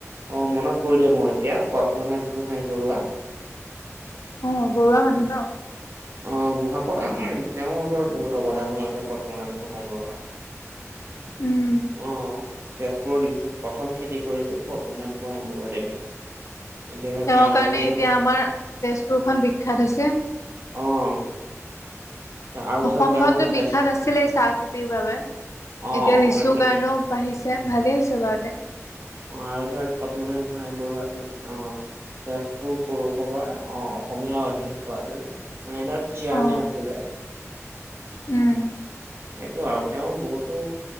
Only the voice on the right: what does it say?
অ', মনত পৰিলে মোৰ এতিয়া পদ্মনাথ গোহাই বৰুৱা।
অ', গোহাঁপক আমাৰ তেওঁৰ ধৰ বহুত অৱদানো আছে পদ্মনাথ গোহাঁই বৰুৱা।
অ'। তেজপুৰৰ লিচু প্ৰথম খেতি কৰিছিল পদ্মনাথ গোহাঁই বৰুৱাদেৱে। এদিনত
বাবেই
ধৰ
অ'। আৰু
ধৰ তেওঁ তেজ
অ',
সেইটোৱে
অ', আৰু ধৰ পদ্মনাথ গোহাঁই বৰুৱা আছিল অ'। তেজপুৰ পৌৰসভাৰ অহ অসমীয়া অধ্যক্ষ আছিল। মানে ধৰ চেয়াৰমেন
আছিলে।
সেইটো আৰু তেওঁ বহুতো